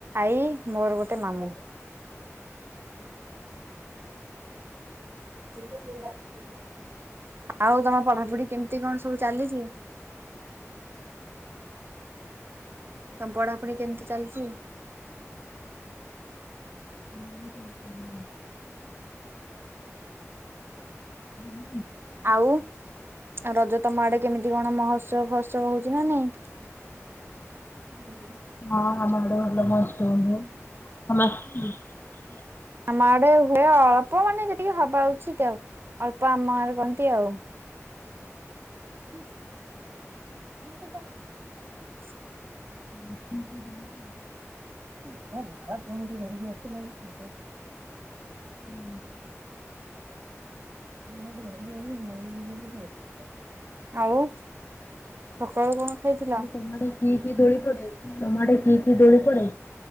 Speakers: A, on the right (about 45°); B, on the left (about 40°).
A: ଆଈ, ମୋର ଗୋଟେ ମାମୁଁ। <unintelligible> <unintelligible> ଆଉ ତମ ପଢାପଢି କେମତି କଣ ସବୁ ଚାଲିଛି? <inaudible> ତମ ପଢାପଢି କେମିତି ଚାଲିଛି?
B: <unintelligible> <inaudible>
A: ଆଉ ରଜ ତମ ଆଡେ କେମିତି କଣ ମହୋତ୍ସବ ଫହ ତ୍ସବ ହଉଛି ନା ନାଇଁ? <inaudible>
B: ହଁ ଆମ ଆଡ଼େ ଭଲ ମହତ୍ସବ ହୁଏ। <unintelligible>
A: ଆମ ଆଡେ ହୁଏ ଅଳ୍ପ ମାନେ ଯେତିକି ହବା ଉଚିତ ଆଉ। ଅଳ୍ପ ଆମ ଆଡେ କରନ୍ତି ଆଉ। <unintelligible> <inaudible>
B: <inaudible>
A: <unintelligible>
B: ହୁଁ।
A: <inaudible> ଆଉ ସକାଳୁ କଣ ଖାଇଥିଲ?
B: ତମ ଆଡେ କି କି ଦୋଳି ପଡେ ତମ ଆଡ଼େ କି କି ଦୋଳି ପଡେ।